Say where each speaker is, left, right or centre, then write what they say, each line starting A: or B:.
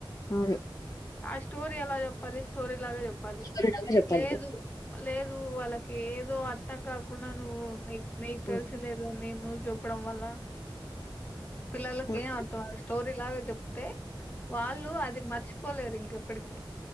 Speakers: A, on the left; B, on the left.
A: అవును
B: ఆ స్టోరి ఎలా చెప్పాలి స్టోరిలాగ చెప్ పాలి
A: సరిగా చెప్పాలి
B: లేదు లేదు వాళ్ళకి ఏదో అర్థం కాకుండా నువ్వు నిక్ నీకు
A: ఉమ్
B: తెలిసందేదో నేన్ నువ్వు చూపడం వల్ల పిల్లలకి
A: ఉమ్,
B: అడ్తోఐస్ <inaudible> స్టోరి లాగా చెప్తే వాళ్ళు అది మర్చ్ పోలేరు ఇంక ఎప్పటికీ